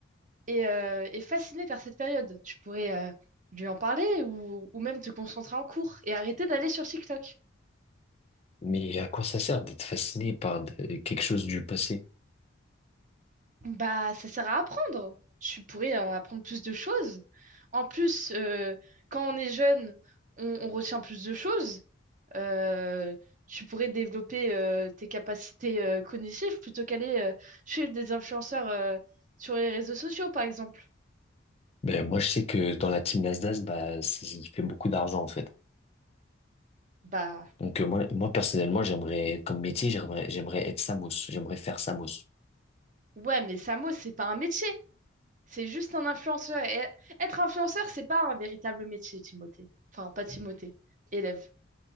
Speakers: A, on the right; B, on the left.
A: et, euh, et fasciné par cette période. Tu pourrais euh, lui en parler ou, ou même te concentrer en cours et arrêter d'aller sur TikTok.
B: Mais à quoi ça sert d'être fasciné par de- quelque chose du passé?
A: Bah, ça sert à apprendre. Tu pourrais euh, apprendre plus de choses. En plus, euh, quand on est jeune, on, on retient plus de choses. Euh, tu pourrais développer euh, tes capacités euh, cognitives plutôt qu'aller euh, chez des influenceurs euh, sur les réseaux sociaux, par exemple.
B: Ben, moi, je sais que dans la team Nasdaq, bah, c'est- il fait beaucoup d'argent, en fait.
A: Bah,
B: Donc, euh, moi, moi, personnellement, j'aimerais, comme métier, j'aimerais, j'aimerais être Samos. J'aimerais faire Samos.
A: ouais, mais Samo, c'est pas un métier. C'est juste un influenceur. Et être influenceur, c'est pas un véritable métier, Timothée. Enfin, pas Timothée, élève.